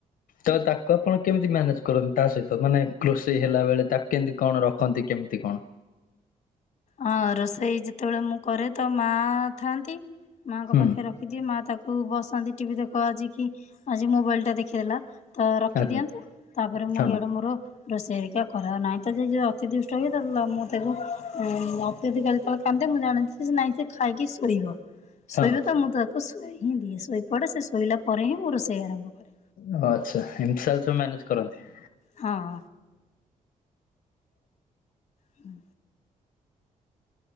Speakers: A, on the left; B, on the left.
A: ତ ତାକୁ ଆପଣ କେମିତି ମ୍ୟାନେଜ କରନ୍ତି ତା ସହିତ ମାନେ ରୋଷେଇ ହେଲା ବେଳେ ତାକୁ କେମିତି କଣ ରଖନ୍ତି କେମିତି କଣ
B: ହଁ ରୋଷେଇ ଯେତେବେଳେ ମୁଁ କରେ ତ ମା ଥାଆନ୍ତି ମାଙ୍କ
A: ହୁଁ
B: ପାଖରେ ରଖ ି ମା ତାକୁ ବସନ୍ତି ଟିଭି ଦେଖ ଆଜି କି ଆଜି ମୋବାଇଲ ଟା ଦେଖେଇଦେଲା ତ ରଖିଦିଅନ୍ତୁ
A: ଆଜ୍ଞା
B: ତାପରେ ମୁଁ
A: ହଁ
B: ଇଆଡେ ମୋର ରୋଷେଇରିକା କରା ନାହିଁ ତ ଯ ଯଦି ଅତିଦୁଷ୍ଟ ହୁଏ ତାଲେ ମୁଁ ତାକୁ ହୁଁ ରାତି ଯଦି କାଲି ତଳେ ପାନ୍ତେ ମୁଁ ଜାଣଛି ନାଇଁ ସେ ଖାଇକି ଶୋଇବା ଶୋଇବ
A: ହଁ
B: ତ ମୁଁ ତ ତୁ ଶୋଇଏ ହିଁ ଦିଏ ଶୋଇପଡ଼େ ସେ ଶୋଇଲା ପରେ ହିଁ ମୁଁ ରୋଷେଇ ଆରମ୍ଭ କରେ
A: ଓ ଆଚ୍ଛା ଏମିତି ସ ସବୁ ମ୍ୟାନେଜ କରନ୍ତି
B: ହଁ ହୁଁ